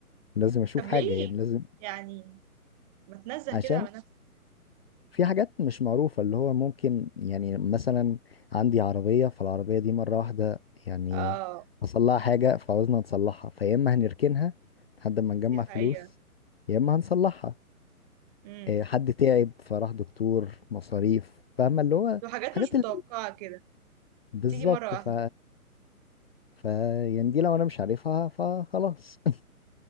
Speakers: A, on the left (about 40°); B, on the right (about 25°).
A: لازم اشوف
B: طب
A: حاجه
B: ليه
A: يعني لازم
B: يعني ما تنزه
A: عشان
B: كده على نفسك
A: في حاجات مش معروفه اللي هو ممكن يعني مثلا عندي عربيه فالعربيه دي مره واحده يعني
B: اه
A: حصل لها حاجه فعاوزنا نصلحها فيا اما هنركنها لحد ما نجمع
B: دي حقيقة
A: فلوس يا اما هنصلحها
B: امم
A: آه، حد تعب فراح دكتور مصاريف فاهمة اللي هو
B: وحاجات
A: حاجات
B: مش متوقعة
A: ال...
B: كده
A: بالظبط
B: بتيجي مرة واحدة
A: ف... ف يعني دي لو انا مش عارفها فخلاص <laughs>